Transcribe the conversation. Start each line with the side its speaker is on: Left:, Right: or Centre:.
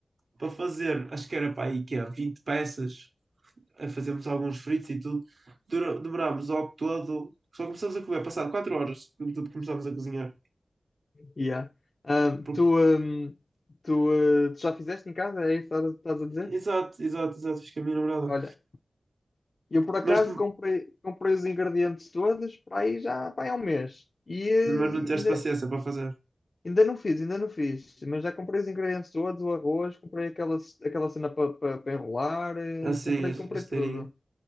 Right: para fazer, acho que era para aí que é 20 peças, a fazermos alguns fritos e tudo, Dura- demorámos ao todo, só começámos a comer, passado 4 horas, de tudo começámos a cozinhar.
Left: yeah. Ah,
Right: Porque-
Left: tu, hum, tu, eh, tu já fizeste em casa? É isso que estás a estás a dizer?
Right: exato, exato, exato, fiz com a minha namorada.
Left: Olha, E eu, por acaso,
Right: Mas,
Left: comprei, comprei os ingredientes todos para aí já vai há um mês. E, eh,
Right: mas não tiveste
Left: ainda,
Right: paciência para fazer
Left: ainda não fiz, ainda não fiz. Mas já comprei os ingredientes todos, o arroz, comprei aquela, aquela cena para enrolar, eh,
Right: assim,
Left: comprei,
Right: a
Left: comprei
Right: a esteirinha.
Left: tudo.